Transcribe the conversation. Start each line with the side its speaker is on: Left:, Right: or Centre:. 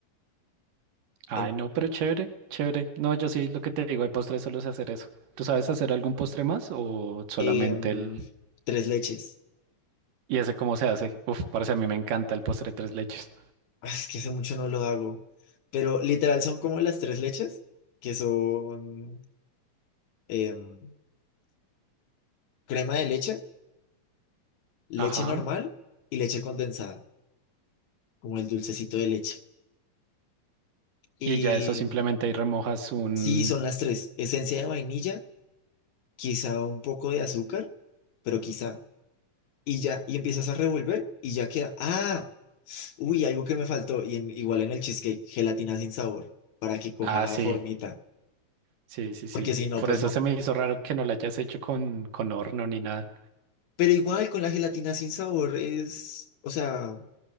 Right: Ay,
Left: En-
Right: no, pero chévere, chévere. No, yo sí, lo que te digo, de postre solo sé hacer eso. ¿Tú sabes hacer algún postre más o solamente
Left: em,
Right: el...
Left: tres leches,
Right: ¿Y ese cómo se hace? Uf, parce, a mí me encanta el postre tres leches.
Left: Ah, es que hace mucho no lo hago, pero literal son como las tres leches, que son em, crema de leche, leche
Right: Ajá.
Left: normal y leche condensada, como el dulcecito de leche. y
Right: Y ya eso simplemente ahí remojas un...
Left: Sí, son las tres. Esencia de vainilla, quizá un poco de azúcar, pero quizá. Y ya, y empiezas a revolver y ya queda. Ah, uy, algo que me faltó. Y en- igual en el cheesecake, gelatina sin sabor, para que coja
Right: Ah, sí,
Left: formita.
Right: sí, sí, sí.
Left: Porque si no,
Right: Por
Left: pues
Right: eso
Left: no.
Right: se me hizo raro que no lo hayas hecho con, con horno ni nada.
Left: Pero igual con la gelatina sin sabor es, o sea,